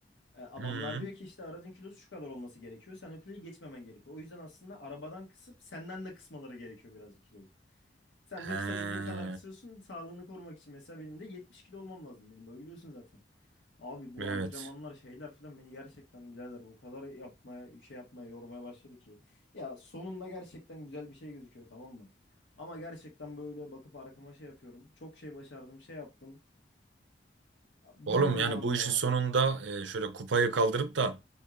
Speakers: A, on the left (about 80°); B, on the right (about 85°).
A: E, adamlar
B: Hı.
A: diyor ki işte aracın kilosu şu kadar olması gerekiyor. Sen o kiloyu geçmemen gerekiyor. O yüzden aslında arabadan kısıp senden de kısmaları gerekiyor birazcık kiloyu. Sen
B: He.
A: de kısabildiğin kadar kısıyorsun. Sağlığını korumak için mesela benim de 70 kilo olmam lazım. Benim boyu biliyorsun zaten. Abi bu
B: Evet.
A: antrenmanlar şeyler filan beni gerçekten birader o kadar yapmaya şey yapmaya yormaya başladı ki. Ya sonunda gerçekten güzel bir şey gözüküyor tamam mı? Ama gerçekten böyle bakıp arkama şey yapıyorum. Çok şey başardım şey yaptım. Bilmiyorum
B: Oğlum yani
A: abi
B: bu
A: ya.
B: işin sonunda e, şöyle kupayı kaldırıp da